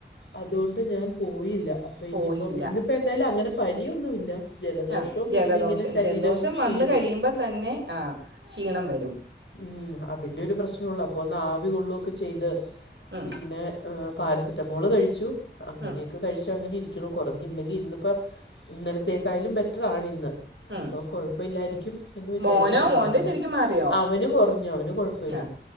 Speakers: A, on the left; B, on the right.
A: അതുകൊണ്ട് ഞാൻ പോയില്ല
B: പോയില്ല
A: ഇന്നിപ്പോ ഇന്നിപ്പോ എന്തായാലും അങ്ങനെ പനിയൊന്നുഇല്ല ജലദോഷോം
B: ആ ജലദോഷം
A: പിന്നെ ഇങ്ങനെ ശരീരം
B: ജലദോഷം
A: ക്ഷീണം
B: വന്നു കഴിയുമ്പോൾ തന്നെ ആഹ് ക്ഷീണം വരും
A: ഉം അതിന്റെ ഒരു പ്രശ്നം ഉള്ളു അപ്പോ ഒന്ന് ആവി കൊള്ളുവൊക്കെ ചെയ്ത്
B: ഉം,
A: പിന്നെ ആഹ് പാരസെറ്റമോള് കഴിച്ചു അങ്ങനെയൊക്കെ
B: ഉം,
A: കഴിച്ചു അങ്ങനെ ഇരിക്കണു കുറഞ്ഞില്ലെങ്കി ഇന്നിപ്പൊ ഇന്നലത്തേക്കാലും ബെറ്ററാണ് ഇന്ന്
B: ഉം.
A: അപ്പോ കുഴപ്പയില്ലാരിക്കും എന്ന് വിചാരിക്ക്ണു
B: മോനോ മോൻ്റെ
A: നാളെ
B: ശരിക്കും മാറിയോ
A: അവന് കുറഞ്ഞു അവന് കുഴപ്പല്ല
B: ആ